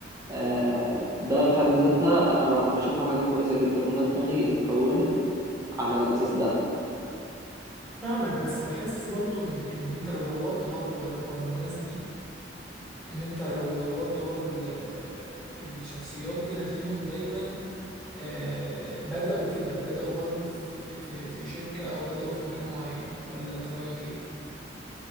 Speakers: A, on the right; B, in the centre.
A: آه، ده في حد ذاتها انا بح- بشوفها حاجة كويسة جدا وانا دماغي اتكونت على الاساس ده
B: فاهمك بس بحس برضو ان ان انت لو دورت برضو ورا ورا الناس دي ان انت لو دورت ورا ال- الشخصيات دي هتلاقيهم دايما آه، بدأوا كده بدأوا برضو في في في في شركة او بدأوا في مكان معين ولا انت رأيك ايه؟